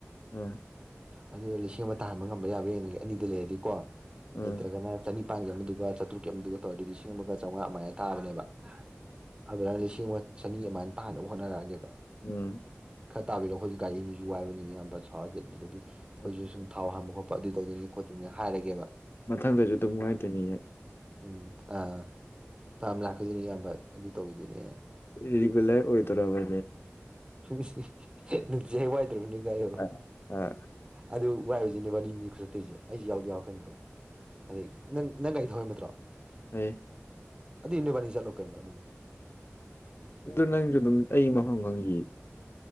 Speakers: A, on the left; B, on the right.
A: ꯑ
B: ꯑꯗꯨꯗꯣ ꯂꯤꯁꯤꯡ ꯑꯃ ꯇꯥ ꯍꯟꯕ ꯉꯝꯕ ꯌꯥꯕ꯭ꯔꯥꯡꯉꯒꯤ ꯑꯅꯤꯗꯨ ꯂꯩꯔꯗꯤꯀꯣ
A: ꯎꯝ
B: ꯂꯩꯇ꯭ꯔꯒꯅ ꯆꯅꯤ ꯅꯤꯥꯟꯒꯤ ꯑꯃ ꯑꯗꯨꯒꯒ ꯆꯥꯇ꯭ꯔꯨꯛꯀꯤ ꯑꯃꯗꯨꯒ ꯇꯧꯔꯗꯤ ꯂꯤ ꯑꯃꯒ ꯆꯥꯝꯃꯉꯥ ꯃꯥꯏꯅ ꯇꯥꯕꯅꯦꯕ ꯑꯗꯨꯅ ꯂꯤꯁꯤꯡ ꯑꯃ ꯆꯅꯤ ꯑꯃꯥꯏ ꯇꯥꯅꯕ ꯍꯣꯠꯅꯔꯛꯑꯒꯕ
A: ꯎꯝ
B: ꯇꯥꯕꯤꯔꯣ ꯑꯩꯈꯣꯏꯁꯨ ꯔꯤꯅꯤꯁꯨ ꯋꯥꯏꯕꯅꯤ ꯌꯥꯝꯕ ꯁꯔꯗꯦ ꯑꯗꯨꯗꯤ ꯑꯩꯈꯣꯏꯁꯨ
A: ꯎꯝ
B: ꯁꯨꯝ ꯊꯥꯎ ꯍꯥꯟꯕ ꯈꯣꯠꯄ ꯑꯗꯨ ꯇꯧꯗꯣꯏꯅꯤ ꯈꯣꯠꯇꯣꯏꯅꯤꯅ ꯍꯥꯏꯔꯒꯦꯕ
A: ꯃꯊꯪꯗꯁꯨ ꯑꯗꯨꯝ ꯋꯥꯏꯗꯣꯏꯅꯤ
B: ꯎꯝ ꯑꯥ ꯄꯥꯝ ꯂꯥꯛꯀꯗꯨꯣꯏꯅꯤ ꯏꯌꯥꯝꯕ ꯑꯗꯨ ꯇꯧꯗꯨꯣꯏꯅꯦ
A: ꯔꯔꯤꯒꯔ ꯑꯣꯏ ꯇꯔ ꯃ
B: ꯁꯨꯝꯁꯤ ꯅꯨꯡꯗꯤ ꯍꯦꯛ ꯋꯥꯏꯗ꯭ꯔꯕꯅꯤ ꯀꯥꯏꯌꯣ
A: ꯑ ꯎꯝ
B: ꯑꯗꯨ ꯋꯥꯏ ꯑꯣꯏꯁꯤꯅꯦ ꯋꯥꯅꯤ ꯈꯨꯔꯠꯇꯣꯏꯁꯦ ꯑꯩꯁꯨ ꯌꯥꯎꯗꯤꯦ ꯌꯥꯎꯔꯛꯀꯅꯤꯀꯣ ꯑꯗꯩ ꯅꯪ ꯅꯪꯒꯥꯔꯤ ꯊꯧꯍꯥꯏꯕ ꯅꯠꯇ꯭ꯔꯣ
A: ꯐꯩ
B: ꯑꯗꯨ ꯅꯣꯏꯕꯅꯤ ꯆꯠꯂꯣ ꯀꯩꯅꯣ ꯑꯗꯨ
A: ꯑꯗꯨ ꯅꯪꯁꯨ ꯑꯗꯨꯝ ꯑꯩ ꯃꯐꯝ ꯈꯪꯉ